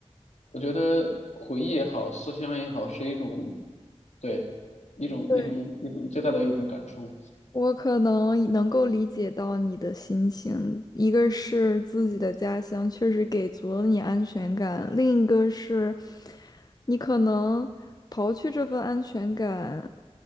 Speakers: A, on the left; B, on the left.
A: 我觉得回忆也好，思乡也好，是一种，对，一种一种一种最大的一种感触。
B: 对，我可能能够理解到你的心情，一个是自己的家乡确实给足了你安全感，另一个是你可能刨去这份安全感，